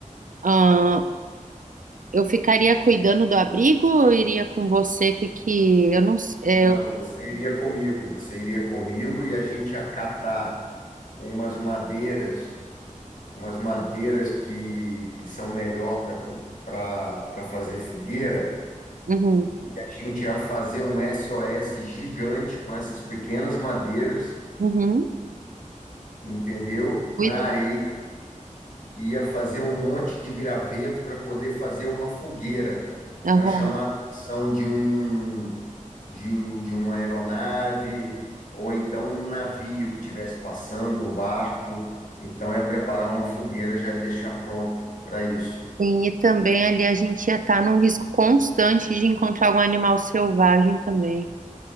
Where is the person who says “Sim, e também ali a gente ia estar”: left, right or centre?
Right